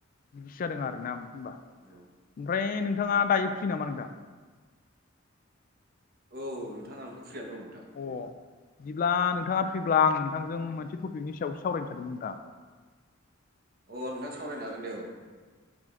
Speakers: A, on the left; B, on the right.
A: बिदिसो जादों आर ना होनोमबा
B: औ
A: ओमफ्राय नोंथाङा दायो फ्रि नामा नोंथां
B: औ नोंथां आंथ' फ्रियानो दं नोंथां
A: अ बिदिब्ला नोंथाङा फ्रिब्ला आं नोंथांजों मोनसे टपिकनि सायाव सावरायनो सानदोंमोन नोंथां
B: अ नोंथां सावरायनो हागोन दे औ